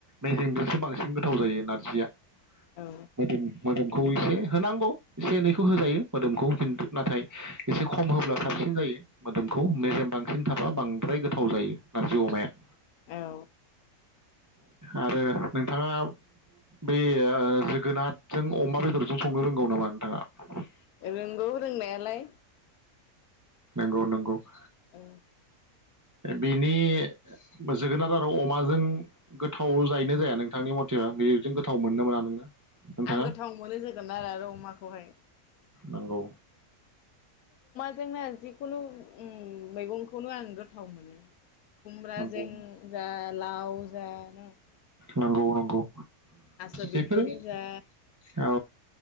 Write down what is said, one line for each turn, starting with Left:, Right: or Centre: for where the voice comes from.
Right: मेजेमजोंसो बांसिन गोथाव जायो नारजिया मोदोम
Left: औ
Right: मोदोमखौ एसे होनांगौ एसे एनैखौ होजायो मोदोमखौ खिन्थु नाथाय एसे खम होब्ला साबसिन जायो मोदोमखौ मेजेम बांसिन थाबा बांद्राय गोथाव जायो नारजि अमाया <inaudible>
Left: औ
Right: आरो नोंथाङा बे जोगोनारजों अमा बेदरजों संनो रोंगौ नामा नोंथाङा
Left: रोंगौ रोंनायालाय
Right: नंगौ नंगौ <inaudible>
Left: औ
Right: बिनि जोगोनार आरो अमाजों गोथाव जायैनो जाया नोंथांनि मथेबा बेजों गोथाव मोनो ना मोना नोङो? नोंथाङा
Left: आं गोथाव मोनो जोगोन आरो अमाखौहाय
Right: नंगौ।
Left: जोंना जिखुनु उम मैगंखौनो आं गोथाव मोनो खुमब्राजों
Right: नंगौ
Left: जा लाव जा न
Right: नंगौ नंगौ
Left: थास' बिथ'रि
Right: बेफोरो औ
Left: जा